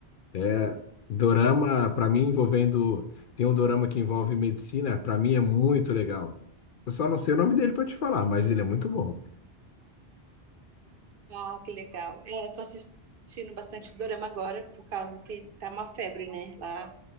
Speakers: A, on the left; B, on the right.
A: É, dorama, pra mim, envolvendo. Tem um dorama que envolve medicina, pra mim é muito legal. Eu só não sei o nome dele pra te falar, mas ele é muito bom.
B: Ah, que legal. É, eu tô assistindo bastante dorama agora, por causa que tá uma febre, né? Lá